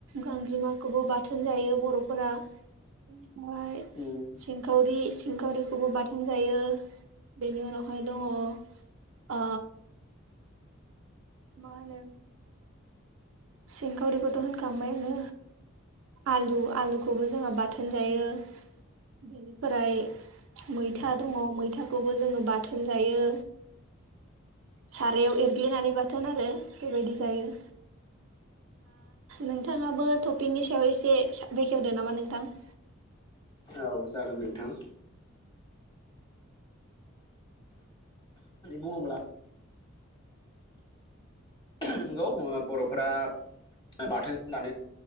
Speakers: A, on the right (about 70°); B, on the left (about 20°).
A: गांजिमाखौबो बाथोन जायो बर'फोरा ओनिफ्राय
B: उम
A: सिंखावरि सिंखावरिखौबो बाथोन जायो बेनि उनावहाय दङ ओ मा होनो सिंखावरिखौथ' होनखांबाय आङो आलु आलुखौबो जोंहा बाथोन जायो बेनिफ्राय मैथा दङ मैथाखौबो जोङो बाथोन जायो सारायाव एरग्लिनानै बाथोन आरो बेबायदि जायो नोंथाङाबो टपिकनि सायाव एसे बेखेवदो नामा नोंथां
B: औ जागोन नोंथां बुङोब्ला नंगौ बर'फोरा बाथोन दानो